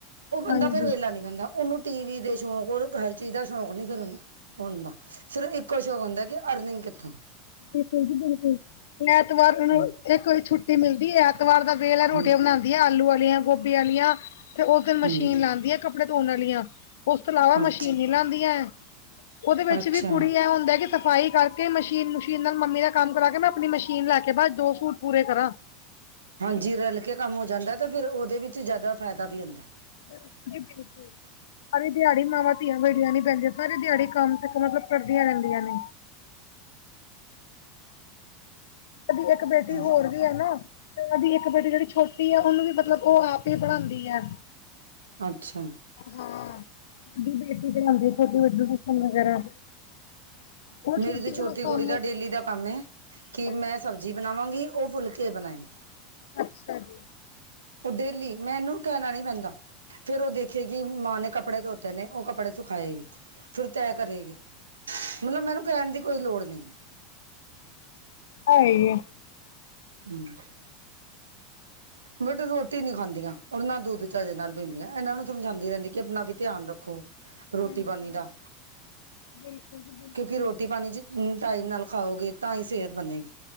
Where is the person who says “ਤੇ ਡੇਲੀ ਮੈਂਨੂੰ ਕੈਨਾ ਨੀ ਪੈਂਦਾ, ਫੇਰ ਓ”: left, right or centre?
Right